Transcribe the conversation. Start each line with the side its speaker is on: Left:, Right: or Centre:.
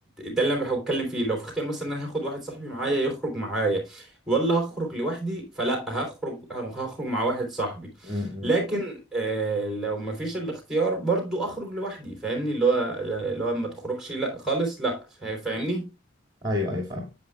Centre: ده اللي انا بحاول اتكلم فيه لو في اختيار مثلا انا هاخد واحد صاحبي معايا يخرج معايا ولا هخرج لوحدي فلا هخرج هخرج مع واحد صاحبي
Right: امم
Centre: لكن آه لو مفيش الاختيار برضو اخرج لوحدي فاهمني اللي هو اللي هو ما تخرجش لا خالص لا فاهمني
Right: ايوه ايوه فاهم